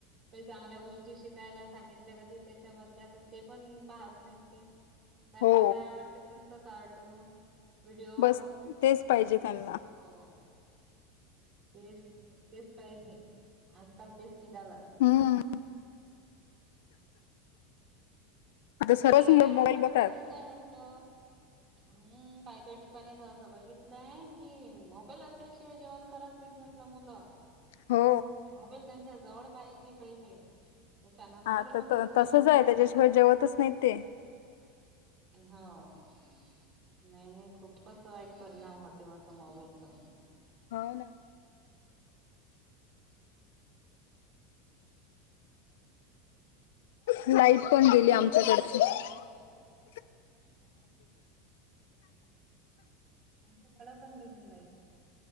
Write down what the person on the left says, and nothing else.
हो
बस तेच पाहिजे त्यांना
हम्म आता सर्वच
मुलं
मोबाईल
बघतात
हो
हा
तर
तसच आहे,
त्याच्याशिवाय जेवतच नाही ते,
हो, ना,
लाईट पण गेली आमच्याकडची -